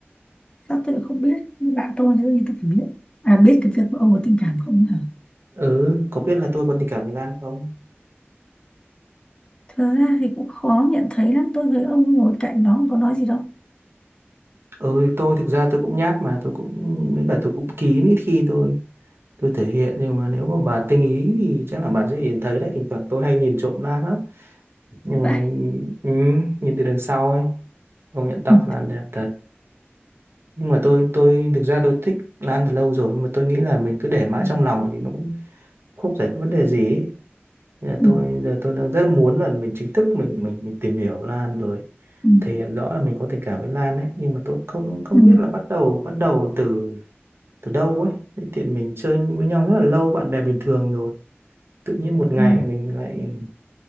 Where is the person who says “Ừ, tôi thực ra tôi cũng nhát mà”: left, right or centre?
Right